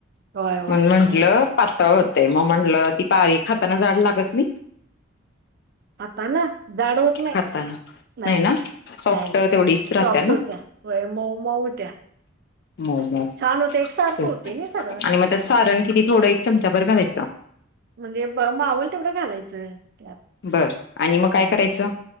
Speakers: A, on the right (about 50°); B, on the left (about 55°).
A: होय होय
B: म्हणून म्हंटलं
A: होय होय
B: पातळ होत तय, मग म्हटलं ती पारी खाताना जाड लागत नाही?
A: हातानं, जाड होत नाही.
B: खाताना
A: नाही
B: ना
A: नाही
B: सॉफ्ट
A: नाहीय नाही
B: तेवढीच राहत्या
A: सॉफ्ट
B: ना
A: होत्या मऊ मऊ होत्या.
B: मऊ मऊ,
A: छान होते एकसारखं
B: आणि
A: होते ना सगळं
B: मग त्यात सारण किती थोडं एक चमचा भर घालायचा.
A: म्हणजे बरं मावल तेवढं घालायचं त्यात.
B: बर आणि मग
A: हम्म,
B: काय करायचं